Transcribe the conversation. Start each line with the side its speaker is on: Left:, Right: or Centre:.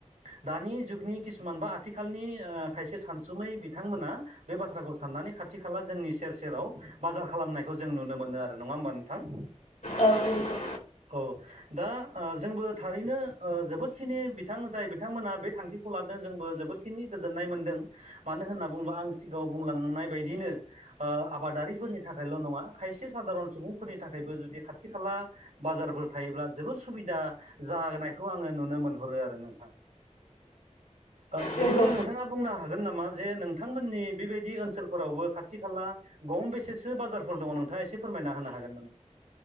Right: दानि जुगनि किसुमान बा आथिखालनि ओ खायसे सानसुमै बिथांमोना बे बाथ्राखौ साननानै खाथि खाला जोंनि सेर सेराव बाजार खालामनायखौ जों नुनो मोनो आरो नङा होमबा नोंथां?
Left: औ नंगौ।
Right: औ दा आ जोंबो थारैनो ओ जोबोदखिनि बिथां जाय बिथांमोना बे थांखिखौ लादों जोंबो जोबोरखिनि गोजोननाय मोनदों मानो होनना बुङोबा आं सिगांङाव बुंलांनाय बायदिनो आ आबादारिफोरनि थाखायल' नङा खायसे साघारन सुबुंफोरनि थाखायबो जुदि खाथि खाला बाजारफोर थायोब्ला जोबोर सुबिदा जानायखौ आंङो नुनो मोनहरो आरो नोंथां। ओ बिदिब्ला
Left: नंगौ
Right: नोंथाङा बुंनो हागोन? गोन नामा जे नोंथांमोननि बेबायदि ओनसोलफोरावबो खाथि खाला गं बेसेसो बाजार फोर दङ नोंथांङा एसे फोरमायना होनो हागोन नामा?